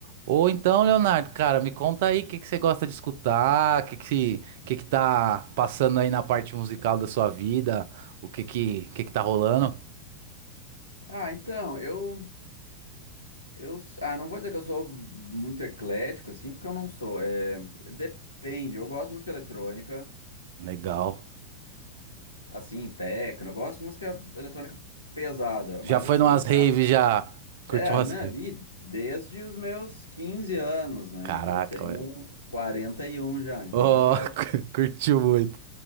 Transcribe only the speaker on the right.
Ou então, Leonardo, cara, me conta aí o que que você gosta de escutar, o que que, que que tá passando aí na parte musical da sua vida, o que que, que que tá rolando?
Legal.
Já
foi
numas
raves, já. Curtiu
umas
raves.
Caraca,
velho.
Oh,
<laughs> curtiu muito.